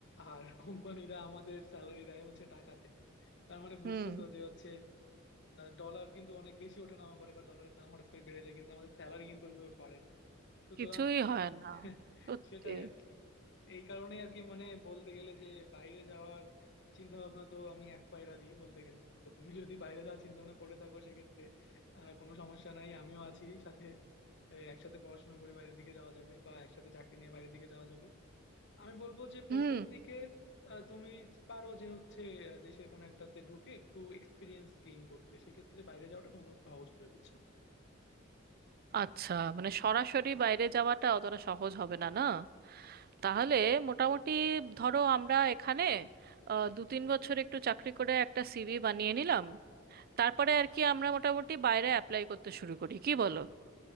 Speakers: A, on the left; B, on the right.
A: আর <laughs> কোম্পানিরা আমাদের স্যালারি দেয় হচ্ছে টাকাতে তার মানে
B: হুম
A: বুঝতেছো যে হচ্ছে ডলার কিন্তু অনেক বেশি ওঠানামা করে বা ডলারের দাম হঠাৎ করে বেড়ে যায় কিন্তু আমাদের স্যালারি কিন্তু ওইভাবে বাড়ে না সুতরাং
B: কিছুই হয় না
A: <laughs>
B: সত্যি
A: সেটাই আর কি এই কারণেই আর কি মানে বলতে গেলে যে বাইরে যাওয়ার চিন্তা ভাবনা তো আমি এক পায়ে রাজি বলতে গেলে তো তুমি যদি বাইরে যাওয়ার চিন্তা ভাবনা করে থাকো সেক্ষেত্রে আহ, কোনো সমস্যা নাই আমিও আছি সাথে এই একসাথে পড়াশোনা করে বাইরের দিকে যাওয়া যাবে বা একসাথে চাকরি নিয়ে বাইরের দিকে যাওয়া যাবে আমি বলবো যে প্রথম
B: হুম
A: দিকে আহ, তুমি পারো যে হচ্ছে আহ, দেশের কোনো একটাতে ঢুকে একটু এক্সপিরিয়েন্স গেইন করতে সেক্ষেত্রে বাইরে যাওয়াটা তোমার জন্য সহজ হবে বুঝছো
B: আচ্ছা মানে সরাসরি বাইরে যাওয়াটা অতটা সহজ হবে না না তাহলে মোটামুটি ধরো আমরা এখানে আহ, দু তিন বছর একটু চাকরি করে একটা সিভি বানিয়ে নিলাম তারপরে আর কি আমরা মোটামুটি বাইরে অ্যাপ্লাই করতে শুরু করি কি বলো